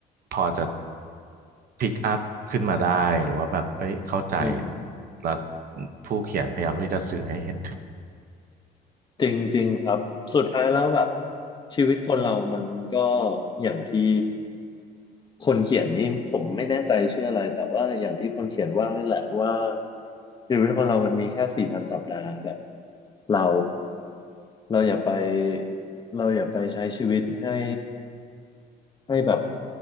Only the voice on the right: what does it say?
พอจะพิกอัพขึ้นมาได้หรือว่าแบบเอ้ยเข้าใจ
แล้วผู้เขียนพยายามที่จะสื่อให้เห็นถึง